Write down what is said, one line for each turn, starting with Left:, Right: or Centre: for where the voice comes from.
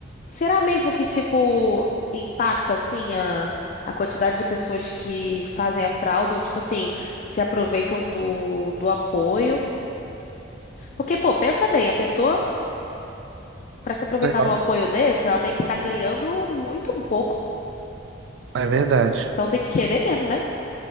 Left: será mesmo que, tipo, impacta, assim, a, a quantidade de pessoas que fazem a fraude ou, tipo assim, se aproveitam do, do apoio? Porque, pô, pensa bem, a pessoa, pra se aproveitar
Right: É
Left: de um apoio desse, ela tem que estar ganhando muito pouco.
Right: é verdade.
Left: Então tem que querer mesmo, né?